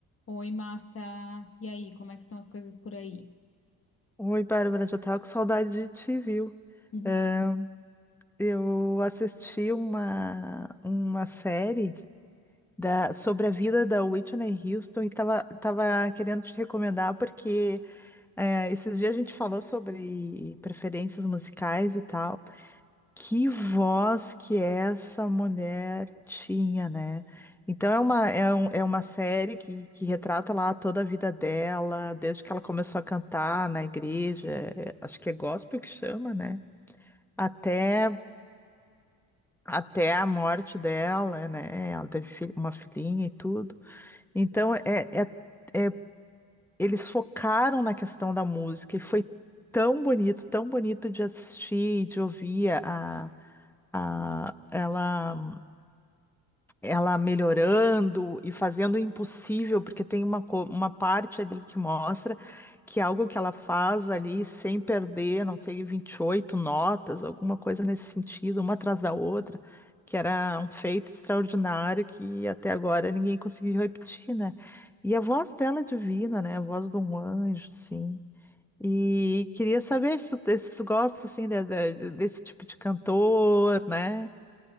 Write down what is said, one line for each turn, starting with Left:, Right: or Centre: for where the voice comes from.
Left: Oi, Marta. E aí, como é que estão as coisas por aí?
Centre: Oi, Bárbara, já tava com saudade de te, viu?
Left: Uhum.
Centre: É, Eu assisti uma, uma série da, sobre a vida da Whitney Houston e tava, tava querendo te recomendar porque é, esses dias a gente falou sobre preferências musicais e tal. Que voz que essa mulher tinha, né? Então é uma, é um, é uma série que, que retrata lá toda a vida dela, desde que ela começou a cantar na igreja, é, acho que é gospel que chama, né? Até, até a morte dela, né? Ela teve fi- uma filhinha e tudo. Então, é, é, é- eles focaram na questão da música e foi tão bonito, tão bonito de assistir, de ouvir a, a ela. ela melhorando e fazendo o impossível, porque tem uma, co- uma parte ali que mostra que é algo que ela faz ali sem perder, não sei, 28 notas, alguma coisa nesse sentido, uma atrás da outra, que era um feito extraordinário que até agora ninguém conseguiu repetir, né? E a voz dela é divina, né? A voz de um anjo, assim. E queria saber se tu, se tu gosta, assim, de- de- desse tipo de cantor, né?